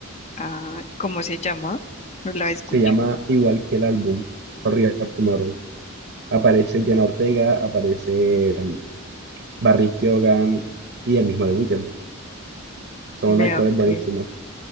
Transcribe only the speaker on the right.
se llama igual que el álbum, Hurry Up Tomorrow. aparece Jenna Ortega, aparece em, Barry Keoghan y el mismo The Weeknd. Son
actores buenísimos.